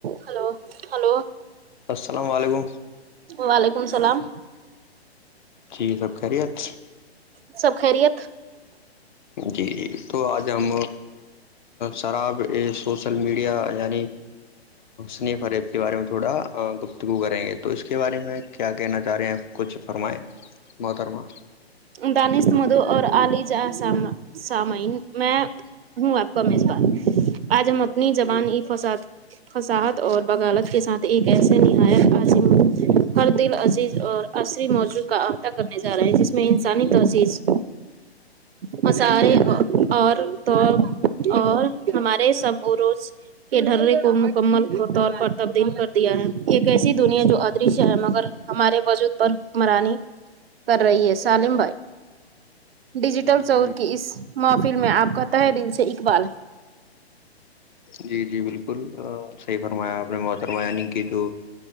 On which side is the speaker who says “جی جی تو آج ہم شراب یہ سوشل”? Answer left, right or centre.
Left